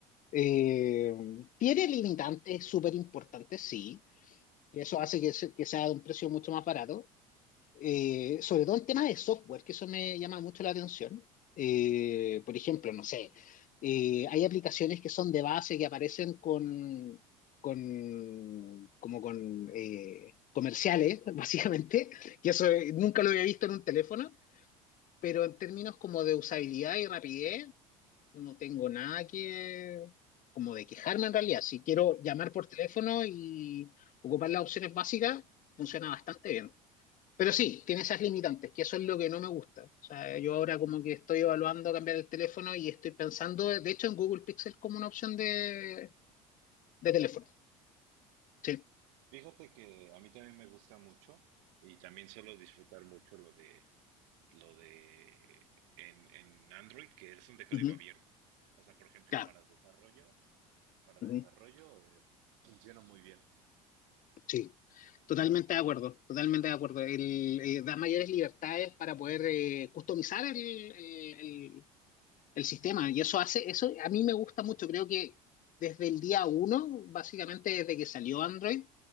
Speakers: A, on the left (about 45°); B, on the right (about 70°).
A: Eh, tiene limitantes súper importantes, sí, y eso hace que, se- que sea de un precio mucho más barato, Eh, sobre todo en temas de software, que eso me llama mucho la atención. Eh, por ejemplo, no sé, eh, hay aplicaciones que son de base que aparecen con, con como con eh, comerciales, <laughs> básicamente, y eso eh, nunca lo había visto en un teléfono, pero en términos como de usabilidad y rapidez, no tengo nada que, como de quejarme en realidad. Si quiero llamar por teléfono y ocupar las opciones básicas, funciona bastante bien. Pero sí, tiene esas limitantes, que eso es lo que no me gusta. O sea, yo ahora como que estoy evaluando cambiar el teléfono y estoy pensando, de hecho, en Google Pixel como una opción de, de teléfono. Sí,
B: Fíjate que a mí también me gusta mucho y también suelo disfrutar mucho lo de lo de en, en Android que es un de código
A: Ujú.
B: abierto. O sea, por ejemplo,
A: Claro.
B: para desarrollo, para desarrollo
A: Ujú.
B: eh, funciona muy bien.
A: Sí, totalmente de acuerdo, totalmente de acuerdo. El, eh, da mayores libertades para poder eh, customizar el, el- el- el sistema. Y eso hace, eso a mí me gusta mucho. Creo que desde el día uno, básicamente desde que salió Android,